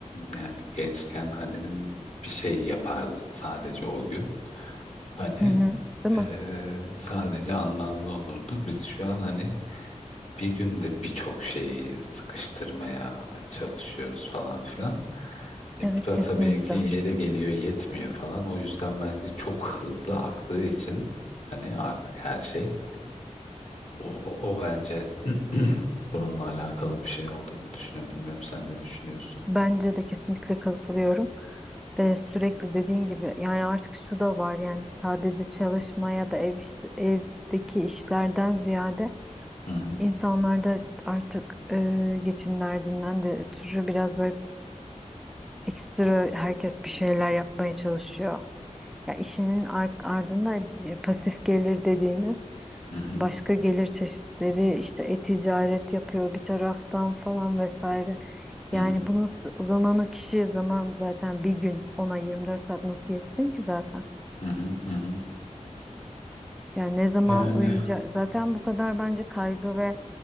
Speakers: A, on the left; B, in the centre.
A: yani gençken hani bir şey yapardın sadece o gün hani
B: Hı hı. Değil
A: e,
B: mi?
A: sadece anlamlı olurdu biz şu an hani bir günde birçok şeyi sıkıştırmaya çalışıyoruz falan filan e,
B: Evet
A: bu da
B: kesinlikle.
A: tabii ki yere geliyor yetmiyor falan. O yüzden bence çok hızlı aktığı için hani artık her şey o, o, o bence <clears throat> bununla alakalı bir şey olduğunu düşünüyorum. Bilmiyorum sen ne düşünüyorsun?
B: Bence de kesinlikle katılıyorum. E, sürekli dediğin gibi yani artık şu da var yani sadece çalışmaya da ev iş- evdeki işlerden ziyade
A: Hı hı.
B: insanlar da artık e, geçim derdinden de ötürü biraz böyle ekstra herkes bir şeyler yapmaya çalışıyor. Ya işinin ar- ardında e, pasif gelir dediğimiz
A: Hı hı.
B: başka gelir çeşitleri işte e-ticaret yapıyor bir taraftan falan vesaire.
A: Hı
B: Yani
A: hı.
B: bu nasıl o zaman o kişi zaman zaten bir gün ona 24 saat nasıl yetsin ki zaten?
A: Hı hı. Hı hı.
B: Yani ne zaman
A: Yani
B: uyuyacak? Zaten bu kadar bence kaygı ve